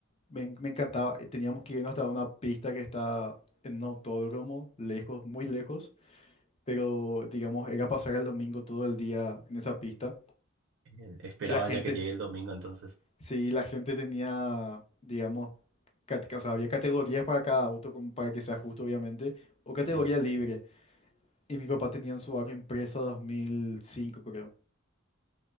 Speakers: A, on the left (about 30°); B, on the right (about 65°).
A: Me, en- me encantaba. eh, Teníamos que irnos hasta una pista que está en un autódromo, lejos, muy lejos, pero digamos, era pasar el domingo todo el día en esa pista.
B: Eh, Esperaba
A: Y la gente,
B: ya que llegue el domingo, entonces.
A: sí, la gente tenía, digamos, cat- o sea, había categorías para cada auto, como para que sea justo, obviamente, o categoría
B: Sí,
A: libre. Y mi papá tenía en su auto Impresa dos mil cinco creo.